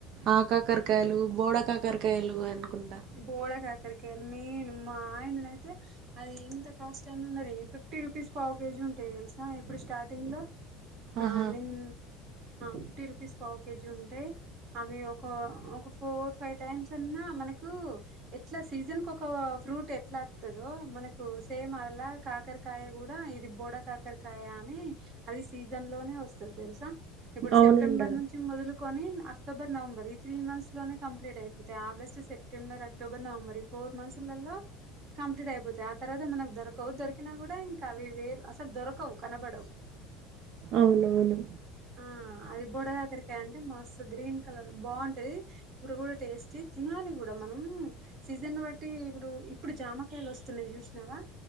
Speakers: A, on the right (about 50°); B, on the right (about 40°).
A: ఆ కాకరకాయలు
B: ఆ
A: బోడ కాకరకాయలు అనుకుంటా
B: బోడ కాకరకాయలు మెయిన్ మా ఆయన నైతే అది ఎంత కాస్ట్ అయిన ఉండని ఫిఫ్టీ రుపీస్ పావ్ కేజీ ఉంటాయి తెలుసా ఇప్పుడు స్టాటింగ్ లో ఆ
A: ఆహా
B: నిన్ ఫిఫ్టీ రూపీస్ పావు కేజీ ఉంటాయి అవి ఒక ఒక ఫోర్ ఫైవ్ టైమ్స్ అన్నా మన కు ఎట్లా సీజన్ కు ఒక ఫ్రూట్ ఎట్లాస్తుందో మనకు సేమ్ అలా కాకరకాయ కూడా అది బోడ కాకరకాయ అని అది సీజన్ లోనే వస్తది తెలుసా ఇప్పుడు
A: అవునంట
B: సెప్టెంబర్ నుంచి మొదలు కొని అక్టోబర్ నవంబర్ ఈ త్రీ మంత్స్ లోనే కంప్లీట్ అయిపోతాయి ఆగస్టు సెప్టెంబర్ అక్టోబర్ నవంబర్ ఈ ఫోర్ మంత్స్లాల్లో కంప్లీట్ అయిపోతాయి ఆ తర్వాత మనకు దొరకవు దొరికినా కూడా ఇంకా అవి వేరు అసలు దొరకవు కనబడవు <inaudible>
A: అవునవును
B: ఆ అది బొడ కాకరకాయ అంటే మస్తు గ్రీన్ కలర్ బాగుంటది కూర గూడా టేస్ట్ ఏ తినాలి గూడ ఇడ మనం సీజన్ బట్టి ఇప్పుడు ఇప్పుడు జామకాయలు వస్తున్నాయి చూసినావా